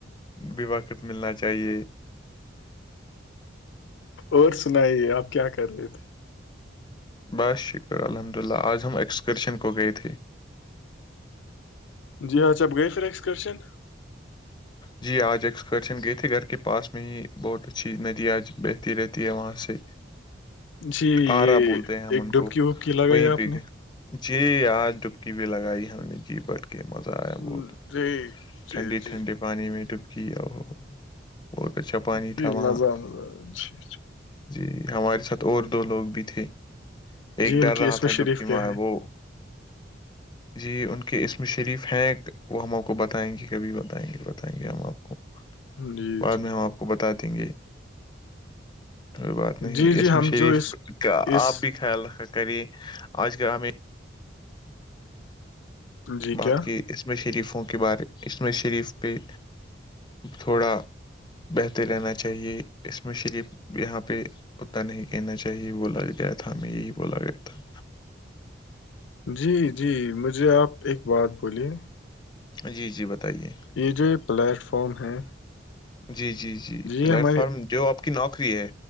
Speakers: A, on the left (about 25°); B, on the left (about 85°).
A: ابھی وقت ملنا چاہیے
B: اور سنائیے آپ کیا کر رہے تھے
A: بس شکر الحمد اللہ آج ہم ایکسکرشن کو گئے تھے
B: جی اج اپ گئے پھر ایکسکرشن
A: جی آج ایکسکرشن گئے تھے گھر کے پاس میں ہی بہت اچھی ندی آج بہتی رہتی ہے وہاں سے
B: جی
A: آرا
B: یہ
A: بولتے ہیں ہم
B: ایک
A: ان
B: ڈبکی
A: کو
B: وبکی لگائی
A: وہیں
B: آپ
A: پہ
B: نے
A: گئے جی آج ڈبکی بھی لگائی ہم نے جی بٹ مزہ آیا
B: جی
A: بہت
B: جی
A: ٹھنڈے
B: جی
A: ٹھنڈے پانی میں ڈبکی او ہو ہو بہت اچھا پانی
B: جی
A: تھا وہاں
B: مزہ مزہ جی جی
A: جی ہمارے ساتھ اور دو لوگ بھی تھے ایک
B: جی ان
A: ڈر
B: کی
A: رہا
B: اس میں
A: تھا
B: شریف
A: ڈبکی
B: کیا
A: مار
B: ہے
A: وہ جی ان کے اسم شریف ہیں وہ ہم اپ کو بتائیں گے کبھی بتائیں گے بتائیں گے ہم آپ کو
B: جی
A: بعد
B: جی
A: میں ہم آپ کو بتا دیں گے کوئی بات نہیں
B: جی جی
A: اسم
B: ہم
A: شریف
B: جو اس
A: کا
B: اس
A: آپ بھی خیال رکھا کرے آج کل ہمیں
B: جی
A: بات
B: کیا
A: کی اسم شریفوں کے بارے اسم شریف پہ تھوڑا بہتے رہنا چاہیے اسم شریف یہاں پہ اتنا نہیں کہنا چاہیے بولا گیا تھا ہمیں یہی بولا گیا تھا
B: جی جی مجھے آپ ایک بات بولیے
A: جی جی بتائیے
B: یہ جو یہ پلیٹ فارم ہے
A: جی جی جی پلیٹ
B: یہ ہماری
A: فارم جو آپ کی نوکری ہے